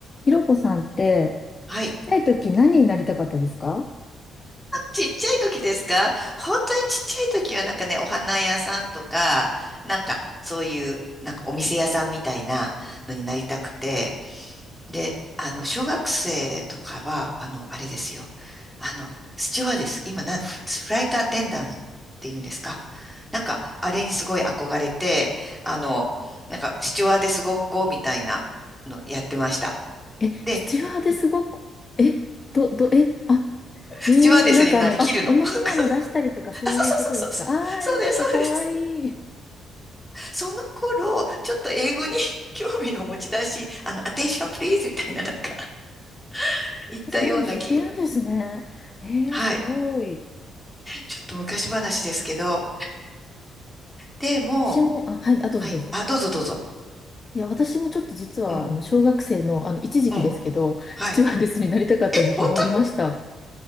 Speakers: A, on the left; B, in the centre.
A: ひろこさんって、
B: はい。
A: ちっちゃい時何になりたかったですか
B: ちっちゃい時ですか本当にちっちゃい時はなんかね、お花屋さんとか、なんかそういう、なんかお店屋さんみたいなのになりたくて。で、あの、小学生とかは、あの、あれですよ。あの、スチュワーデス。今な、フフライトアテンダントって言うんですかなんか、あれにすごい憧れて、あの、なんか、スチュワーデスごっこみたいなのやってました。
A: え、
B: で、
A: スチュワーデスごっこ、え、ど、ど、え、あ、
B: スチュワーデスになりきるの。
A: えー、なんかあの、あ、お飲み物出したりとかそういうことですかあー、
B: <laughs> あ、そうそうそうそうそう。そうです、
A: えなんかかわいい。
B: そうです。その頃、ちょっと英語に <laughs> 興味を持ち出し、あの、アテンションプリーズみたいななんか <laughs> 言ったような気が。
A: そういうの知ってるんですね。えー、
B: はい。
A: すごい。
B: ちょっと昔話ですけど。でも、
A: 私も、あ、はい、あ、どうぞどうぞ。
B: はい。あ、どうぞどうぞ。
A: いや、私もちょっと実は、
B: うん。
A: あの、小学生の、あの、一時期ですけど、
B: うん。はい。
A: スチュワーデスになりたかった時期がありました。
B: え、本当